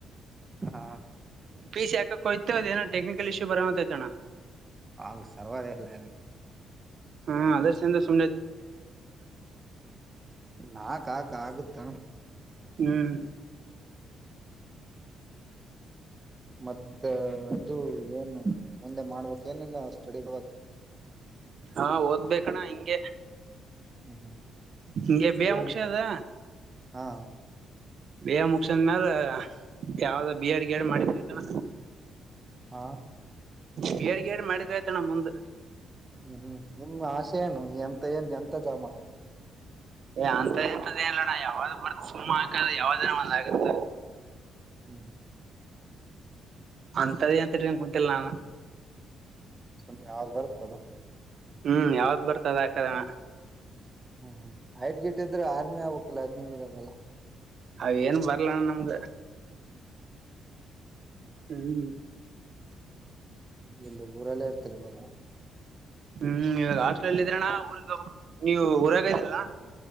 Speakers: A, on the right; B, on the right.
A: ಹಾ.
B: ಪೀಜ್ ಯಾಕಕ್ಕ್ಕ ಹೋಯಿತು ಅದು ಏನು ಟೆಕ್ನಿಕಲ್ ಇಶ್ಯೂ ಬರುವಂತೆ ಐತೆ ಅಣ್ಣ.
A: ಅಲ್ ಸರ್ವರ್ ಇಲ್ಲ.
B: ಹಾದ ಸೇ ಸ.
A: ನಾಕಾ. ಆಗುತ್ತಾ.
B: ಹ್ಮ್.
A: ಮತ್ತ ಅದು ಏನು ಮುಂದೆ ಮಾಡ್ಬೇಕಕ್ ಏನಿಲ್ಲ ಸ್ಟಡಿ ಬಕ್.
B: ಹಾ ಓದ್ಬೇಕಣ್ಣ ಹಿಂಗೆ.
A: ಹ್ಮ್ ಹ್ಮ್
B: ಹಿಂಗೆ ಬಿ
A: ಬೆ
B: ಎ ಮುಗ್ಸದ
A: ಹಾ.
B: ಬೇ ಮುಗಸಂದ ಮ್ಯಾಲ ಯಾವ್ದ ಬಿ ಆಡ್ ಗಿ ಆಡ್ ಮಾಡಿದ ಆಯತಾನ.
A: ಹಾ.
B: ಬೇರ್ಗೇರ್ ಮಾಡಿದ್ರೆ ಆಯ್ತ ನಮ್ಮ ಮುಂದ.
A: ಹ್ಮ್ ಹ್ಮ್ ನಿಮ ಆಸೆ ಏನು ಎಂತ ಏನ್ ಎಂತ ಜಾಬ್ ಮಾಡ.
B: ಏ ಅಂತದ ಇಂತದ್ದೇನ್ಲ್ಲೋಣ ಯಾವ್ದ್ ಬರ್ ಸುಮ್ಮ ಹಾಕಲ್ ಯಾವ್ದ ಒಂದ ಆಗುತ್ತ.
A: ಹ್ಮ್.
B: ಅಂತದ ಂತರ್ಕೊಂಡ ಕುಂತಲ್ಲ ನನ್.
A: ಸುಮ್ಮನೆ ಯ ಬರ್ತದ.
B: ಹ್ಮ್ ಯಾವ್ದ್ ಬರ್ತದ ಆಾಕದಣ.
A: ಹ್ಮ್ ಹ್ಮ್ ಐಟ್ ಗಿಟ್ ಇದ್ರೆ ಆರ್ಮಿ ಆಗ್ಬೇಕು ಅಲ್ವಾ ಅದ್ ನೀವ್ ಇರೋದಲ್ಲಾ.
B: ಅ ಏನ್ ಬರ್ಲಣ ನಮ್ಧ್. ಹ್ಮ್.
A: ಇಲ್ಲಿ ಊರಲ್ಲೇ ಇರ್ತೀರಿ ಇವಾಗ.
B: ಹ್ಮ್ ಇವಾಗ ಹಾಸ್ಟ್ರೆಲ್ ಇದಿನ್ ಅಣ್ಣ ಊರಿಗೆ ಹೋಗ್ಬೇಕ್ ನೀವು ಊರಾಗ ಇದಿರಲ್ಲ.